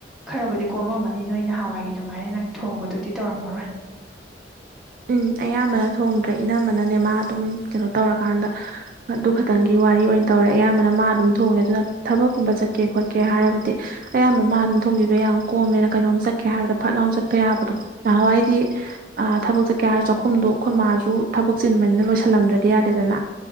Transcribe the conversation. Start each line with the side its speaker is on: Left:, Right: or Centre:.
Centre: ꯈꯔꯕꯨꯗꯤ ꯀꯣꯝꯃꯝ ꯃꯅꯤ ꯅꯣꯏ ꯅꯍꯥꯟ ꯋꯥꯏꯒꯤ ꯑꯗꯨꯃꯥꯏꯅ ꯅꯪ ꯊꯣꯡꯕꯗꯨꯗꯤ ꯇꯧꯔꯝ ꯃꯔꯣꯏ
Right: ꯎꯝ ꯑꯌꯥꯝꯕꯅ ꯊꯣꯡꯗ꯭ꯔꯦ ꯏꯅꯝꯕꯅꯅꯦ ꯃꯥ ꯑꯗꯨꯝ ꯀꯩꯅꯣ ꯇꯧꯔꯀꯥꯟꯗ ꯑꯗꯨ ꯈꯛꯇꯪꯒꯤ ꯋꯥꯔꯤ ꯑꯣꯏꯅ ꯇꯧꯔꯦ ꯑꯌꯥꯝꯕꯅ ꯃꯥ ꯑꯗꯨꯝ ꯊꯣꯡꯉꯦ ꯑꯗꯨꯅ ꯊꯕꯛꯀ ꯆꯠꯀꯦ ꯈꯣꯠꯀꯦ ꯍꯥꯏꯔꯕꯗꯤ ꯑꯌꯥꯝꯕ ꯃꯥ ꯑꯗꯨꯝ ꯊꯣꯡꯕꯤꯕ ꯌꯥꯝ ꯀꯣꯝꯃꯦꯅ ꯀꯩꯅꯣꯝ ꯆꯠꯀꯦ ꯍꯥꯏꯕꯗ ꯐꯠ ꯂꯥꯎꯅ ꯆꯠꯄ ꯌꯥꯕꯗꯣ ꯅꯍꯥꯟꯋꯥꯏꯗꯤ ꯊꯕꯛ ꯆ ꯀꯌꯥ ꯆꯥꯛꯈꯨꯝꯗꯣ ꯑꯩꯈꯣꯏ ꯃꯥꯁꯨ ꯊꯕꯛ ꯆꯤꯟꯕꯅꯤꯅ ꯂꯣꯏꯁꯤꯜꯂꯝꯗ꯭ꯔꯗꯤ ꯌꯥꯗꯦꯗꯅ